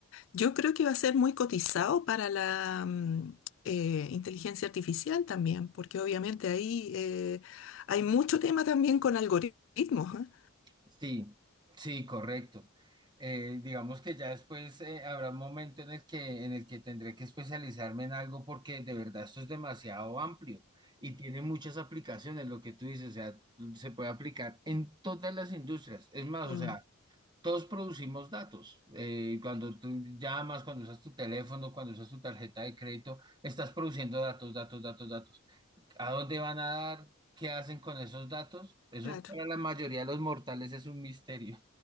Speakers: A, on the left (about 60°); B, on the right (about 20°).
A: Yo creo que va a ser muy cotizado para la mm, eh, inteligencia artificial también, porque obviamente ahí eh, hay mucho tema también con algoritmos, ¿ah?
B: Sí, sí, correcto. Eh, digamos que ya después eh, habrá un momento en el que, en el que tendré que especializarme en algo porque de verdad esto es demasiado amplio y tiene muchas aplicaciones, lo que tú dices, o sea, se puede aplicar en todas las industrias. Es más,
A: Mm,
B: o sea, todos producimos datos. Eh, cuando tú llamas, cuando usas tu teléfono, cuando usas tu tarjeta de crédito, estás produciendo datos, datos, datos, datos. ¿A dónde van a dar? ¿Qué hacen con esos datos? Eso
A: claro.
B: para la mayoría de los mortales es un misterio.